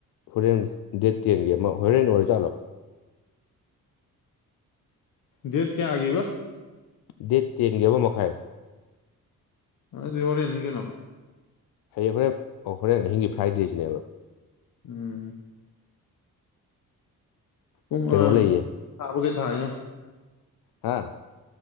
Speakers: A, on the left; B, on the left.
A: ꯍꯣꯔꯦꯟ ꯗꯦꯠ ꯇꯦꯟꯒꯤ ꯑꯃ ꯍꯣꯔꯦꯟ ꯑꯣꯏꯔꯖꯥꯠꯂꯣ
B: ꯗꯦꯠ ꯀꯌꯥ ꯑꯒꯦꯕ
A: ꯗꯦꯠ ꯇꯦꯟꯒꯤ ꯑꯃ ꯃꯈꯥꯏ
B: ꯑ ꯍꯣꯔꯦꯟꯅꯤ ꯀꯩꯅꯣ
A: ꯍꯌꯦꯡ ꯍꯣꯔꯦꯟ ꯑꯣ ꯍꯣꯔꯦꯟ ꯑꯍꯤꯡꯒꯤ ꯐ꯭ꯔꯥꯏꯗꯦꯁꯤꯅꯦꯕ
B: ꯎꯝ꯫ ꯄꯨꯡ
A: ꯀꯩꯅꯣ
B: ꯑ
A: ꯂꯩꯌꯦ
B: ꯊꯥꯕꯒꯩ ꯊꯥꯒꯦ ꯌꯦꯡꯎ
A: ꯍꯥꯥ